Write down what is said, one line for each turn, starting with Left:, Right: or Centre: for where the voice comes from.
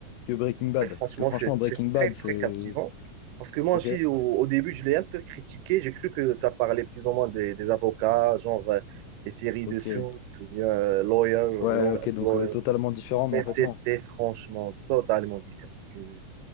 Left: que Breaking Bad?
Right: ouais, franchement,
Left: Parce que franchement,
Right: c'est
Left: Breaking
Right: c'est
Left: Bad,
Right: très,
Left: c'est.
Right: très captivant. Parce que moi
Left: Ok.
Right: aussi, au, au début, je l'ai un peu critiqué. J'ai cru que ça parlait plus ou moins des, des avocats, genre euh, les séries
Left: Ok.
Right: de Suits ou bien euh, Lawyer,
Left: Ouais,
Right: Law
Left: ok,
Right: and
Left: donc
Right: Lawyer.
Left: euh, totalement différent,
Right: Mais
Left: mais en
Right: c'était
Left: fait, non.
Right: franchement totalement différent. Tu,